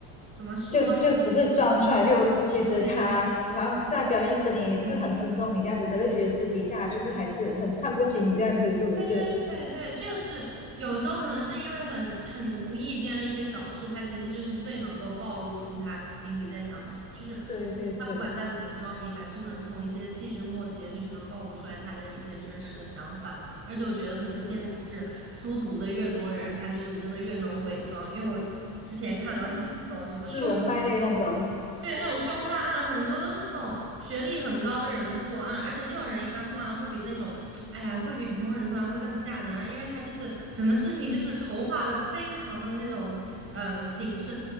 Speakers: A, on the right (about 30°); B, on the left (about 15°).
A: 怎么说？
B: 就就只是装出来，就其实他好像在表面跟你就很尊重你这样子，
A: 对对
B: 可是其实私底下他就是还是很看不起你这样子，
A: 对。
B: 是不是？
A: 对对对对，就是有时候可能是因为很很无意间的一些小事，他其实就是最能够暴露出他心里在想什么。就是他不管再怎么装，
B: 对对对，
A: 你还是能从一些细枝末节，就是能暴露出来他的一些真实的想法。而且我觉得可能现在是书读的越多的人，
B: 是
A: 他就是真的越能伪装。因为我之前看的有很多那种什么凶。
B: 啊，斯文败类那种。
A: 对，那种凶杀案很多都是那种学历很高的人作案，而且这种人一般作案会比那种，
B: 啊
A: 哎呀，会比普通人作案会更吓人啊，因为他就是整个事情就是筹划的非常的那种，嗯、呃，谨慎，